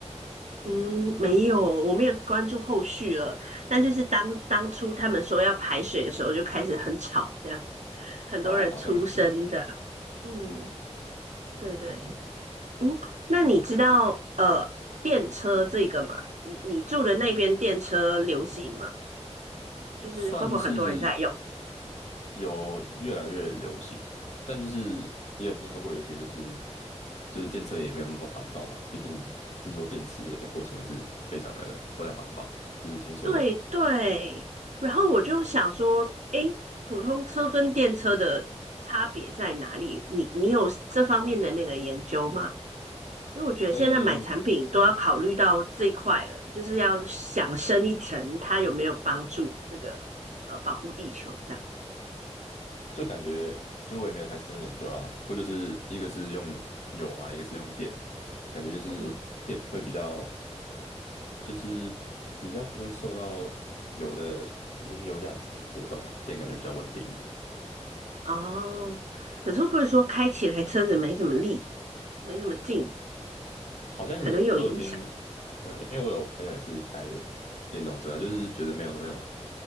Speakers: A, on the right; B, on the left.
A: 嗯，没有，我没有关注后续了。但就是当当初他们说要排水的时候，就开始很吵，这样很多人出声的。
B: 哦，好像也是，
A: 嗯，对对，嗯，那你知道呃电车这个吗？你你住的那边电车流行吗？就是会不会很多人在用？
B: 算是有越来越流行，但就是也有听说过有些就是就是电车也没有那么环保嘛，毕竟制作电池的过程也是非常的不太环保，这是听说的。
A: 对对，然后我就想说，诶，普通车跟电车的差别在哪里？你你有这方面的那个研究吗？因为我觉得现在买产品都要考虑到这一块了，
B: 诶，
A: 就是要想深一层，它有没有帮助这个呃保护地球这样。
B: 就感觉就我也没有太深入研究啊，不过就是一个是用油嘛，一个是用电嘛，感觉就是电会比较，
A: 嗯，
B: 就是比较不会受到油的，因为油价很长波动嘛，电感觉比较稳定一点。
A: 哦，可是会不会说开起来车子没什么力，没什么劲，
B: 好像有我有听
A: 可能有影响
B: 因为我有朋友也是开电动车啊，就是觉得没有那种，